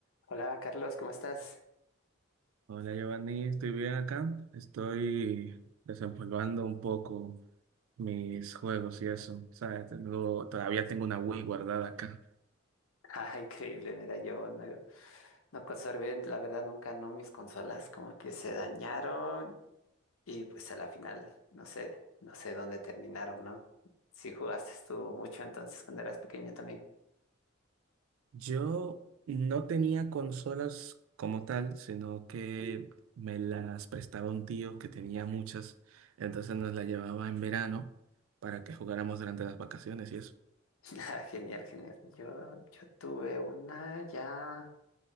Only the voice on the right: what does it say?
Hola Giovanni, estoy bien acá. Estoy desempolvando un poco mis juegos y eso. ¿Sabes? Tengo, todavía tengo una Wii guardada acá.
Yo no tenía consolas como tal, sino que me las prestaba un tío que tenía muchas. Entonces nos las llevaba en verano para que jugáramos durante las vacaciones y eso.